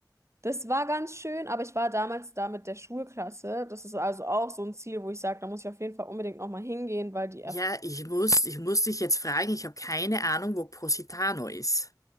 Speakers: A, on the right (about 40°); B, on the left (about 50°).
A: Das war ganz schön, aber ich war damals da mit der Schulklasse. Das ist also auch so ein Ziel, wo ich sage, da muss ich auf jeden Fall unbedingt nochmal hingehen, weil die. Erf
B: Ja, ich muss, ich muss dich jetzt fragen, ich habe keine Ahnung, wo Positano ist.